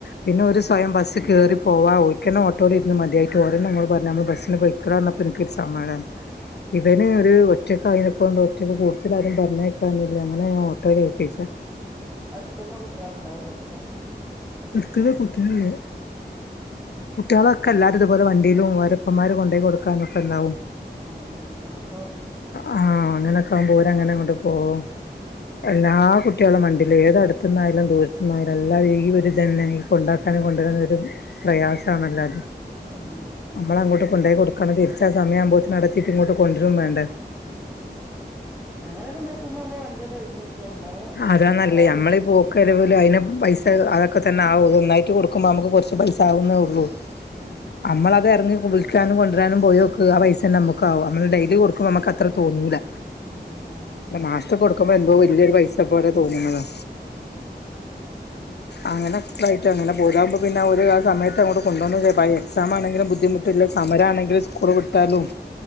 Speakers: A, on the left; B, in the centre.
A: പിന്നെ
B: ഉം
A: ഓര് സ്വയം ബസ്സ് കേറി - പോവാ ഓരിക്കന്നെ ഓട്ടോയിലിരുന്ന് മതിയായിട്ട് ഓരന്നെ എന്നോട് പറഞ്ഞ് ഞമ്മൾ ബസിന് പോയിക്കോളാന്ന് പറഞ്ഞപ്പോ എനിക്കൊരു സമാധാനം.
B: ഉം
A: ഇവന് ഒരു ഒറ്റക്കയിനെക്കൊണ്ട് ഒറ്റക്ക് കൂടത്തിലാരും പറഞ്ഞേക്കാൻ അങ്ങനെ ഞാ ഓട്ടോൽ ഏൽപ്പിച്ചേ
B: അടുത്ത്ന്ന് കുട്ടികളുണ്ടാവൂലേക്കുല്ലേ
A: എടുത്തത് കുട്ടികളല്ലെ
B: ഉം
A: കുട്ടികളൊക്കെ എല്ലാ ഇത്പോലെ വണ്ടിയിലും ഓരപ്പന്മാരും കൊണ്ടോയി കൊടുക്കാനും ഒക്കെണ്ടാവും.
B: ആഹ് ആ അങ്ങനെ ആകുമ്പോ-
A: ആഹ് അങ്ങനൊക്കെ ആകുമ്പ ഓരങ്ങനെങ്ങോട്ട് പോവും
B: ഉം
A: എല്ലാ കുട്ടി കുട്ട്യോളും വണ്ടീല ഏത് അടുത്ത്ന്നായാലും ദൂരത്ത്ന്നായാലും എല്ലാ വൈകിവരും ഇതന്നെ ഈ കൊണ്ടാക്കാനും കൊണ്ടരാനോക്കെ ഒരു പ്രയാസാണല്ലാ
B: ഉം
A: നമ്മള് അങ്ങോട്ട് കൊണ്ടോയി കൊടുക്കണം തിരിച്ച് ആ സമയം ആമ്പോത്തിന് ആടെത്തിട്ട് ഇങ്ങോട്ട് കൊണ്ടരും വേണ്ടെ.
B: ഉം അങ്ങനെയൊക്കെ നോക്കുമ്പോ അമ്മ വണ്ടിയങ്ങട്ട് ഏൽപ്പിച്ച അല്ലാതെ
A: അതാനല്ലത്
B: വേറെ
A: നമ്മളെ
B: വിഷയം
A: ഈ പോക് വരവില് അതിലെ പൈസ
B: ഉം
A: അതൊക്കെ തന്നെ ആ ഒന്നായിട്ട് കൊടുക്കുമ്പോ നമക്ക് കൊറച്ച് പൈസ ആവുന്നേഉള്ളൂ
B: ഉം
A: നമ്മളത് എറ വിളിക്കാനും കൊണ്ടുരാനും പോയോക്ക് ആ പൈസന്നെ മ്മക്ക് കാവും നമ്മള്ഡെയിലി
B: ഉം
A: കൊടുക്കുമ്പോ നമ്മക്കത്രറെ തോന്നൂല
B: ഉം ഉം ആണ്
A: മാസ്ത് കൊടുക്കുമ്പോ എന്തോ വല്യ ഒര് പൈസ പോലെ തോന്ന്ന്നതാ.
B: ഉം
A: അങ്ങനൊക്കെയിട്ട് അങ്ങനെ പോകും ഇതാകുമ്പ പിന്നെ ആ ഒരു ആ സയത്ത് അങ്ങോട്ട് കൊണ്ടുവന്നേ എക്സാം ആണെങ്കിലും ബുദ്ധിമുട്ടില്ല സമര ആണെങ്കിൽ സ്കൂൾ വിട്ടാലും.